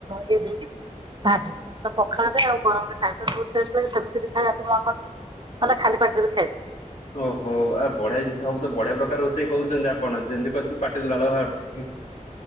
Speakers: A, on the right; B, on the left.
A: ଇଏ ଦେଇକି ଭାଜି ତ ପଖାଳ ଦେ ଆଉ ଗରମରେ ଖାଇବା ବହୁ ଟେଷ୍ଟ୍ ଲାଗେ ସେମିତିବି ଖାଇବା। କର ମାନେ ଖାଲି ପାଟିରେ ବି ଖାଇବେ।
B: ଓହୋ ଆ ବଢିଆ ଜିନିଷ ସବୁ ତ ବଢିଆ ପ୍ରକାର ରୋଷେଇ କହୁଛନ୍ତି ଆପଣ ଯେମିତି କହୁଛନ୍ତି ପାଟିରେ ଲାଳ ବାହାରୁଛି।